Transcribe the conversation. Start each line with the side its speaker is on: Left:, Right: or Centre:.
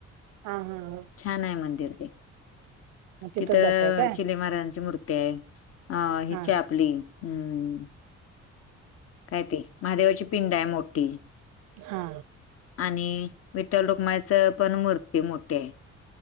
Right: हा हा हा
Left: छान आहे मंदिर ते.
Right: मग तिथंच
Left: तिथं
Right: जाताय काय
Left: चिले महाराजांची मूर्ती आहे अ हिच
Right: हा
Left: आहे आपली- हम्म काय ते महादेवाची पिंड आहे मोठी.
Right: हा
Left: आणि विठ्ठल रुक्मायच पण मूर्ती मोठी आहे.